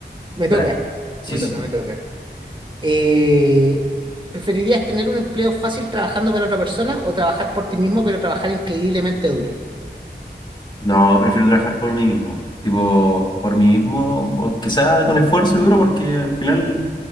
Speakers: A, on the right (about 25°); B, on the left (about 25°).
A: Me toca,
B: Dale. Sí,
A: me
B: sí,
A: toca,
B: sí.
A: me toca. Eh, ¿preferirías tener un empleo fácil trabajando para otra persona o trabajar por ti mismo, pero trabajar increíblemente duro?
B: No, prefiero trabajar por mí mismo. Tipo, por mí mismo, aunque sea con esfuerzo y duro, porque al final